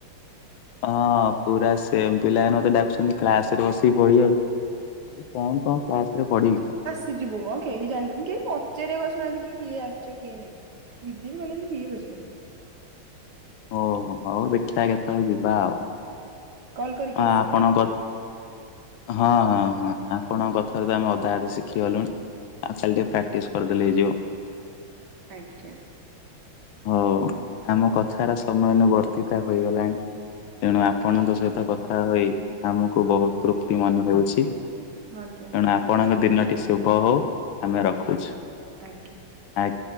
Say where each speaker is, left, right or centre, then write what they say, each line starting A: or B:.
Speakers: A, on the left; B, on the right.
A: ହଁ ପୁରା ସେମ୍ ପିଲା ମାନେ ମୋତେ ଡାକୁଛନ୍ତି କ୍ଲାସ୍ ରେ ବସିକି ପଢିବାକୁ। ମୁଁ କହିଲି କଣ କଣ କ୍ଲାସ ରେ ପଢିବି?
B: ଯିବୁମ୍ କେହି ଜାଣିପାରୁନି କେହି ପଚାରିବାକୁ ଆସୁନାହାଁନ୍ତି କିଏ ଆସିଛ କିଏ ନାଇଁ। ବି ଜେ ବି କଲେଜରେ କିଏ ବସିପାରିବ।
A: ହଁ ହଉ ଦେଖିବା କେତେବେଳେ ଯିବା ଆଉ।
B: କଲ୍ କରିକି
A: ହଁ
B: ଆସିବେ
A: ଆପଣଙ୍କ
B: ଆଁ।
A: ହଁ ହଁ ହଁ ଆପଣଙ୍କ କଥାରୁ ତ ଆମେ ଅଧା ଆଧି ଶିଖିଗଲୁଣି। ଆ ଖାଲିଟିକେ ପ୍ରାକ୍ଟଟିସ୍ କରିଦଲେ ହେଇଯିବ।
B: ଆଜ୍ଞା।
A: ହଉ ଆମ କଥାରା ସମୟାନୁବର୍ତ୍ତିତା ହେଇଗଲାଣି। ତେଣୁ
B: ଓକେ
A: ଆପଣଙ୍କ ସହିତ କଥା ହୋଇ ଆମକୁ ବହୁତ ତୃପ୍ତି ମନେ ହେଉଛି। ତେଣୁ
B: ଆଜ୍ଞା ଧନ୍ୟବାଦ।
A: ଆପଣଙ୍କ ଦିନଟି ଶୁଭ ହଉ ଆମେ ରଖୁଛୁ।
B: ଆଜ୍ଞା ଆଜ୍ଞା।
A: ଆ